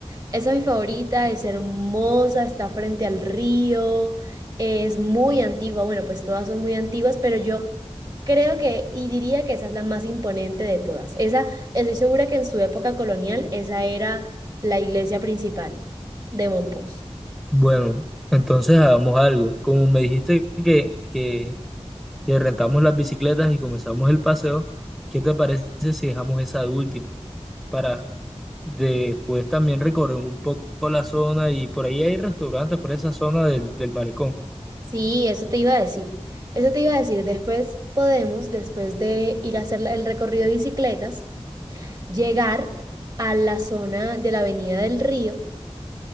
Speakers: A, on the right; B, in the centre.
A: Esa es mi favorita, es hermosa, está frente al río, es muy antigua. Bueno, pues todas son muy antiguas, pero yo creo que y diría que esa es la más imponente de todas. Esa, estoy segura que en su época colonial, esa era la iglesia principal de Mompós.
B: Bueno, entonces hagamos algo. Como me dijiste que, que, que rentamos las bicicletas y comenzamos el paseo, ¿qué te parece si dejamos esa de último? Para después también recorrer un poco la zona y por ahí hay restaurantes por esa zona del, del malecón.
A: Sí, eso te iba a decir. Eso te iba a decir. Después podemos, después de ir a hacer la- el recorrido de bicicletas, llegar a la zona de la Avenida del Río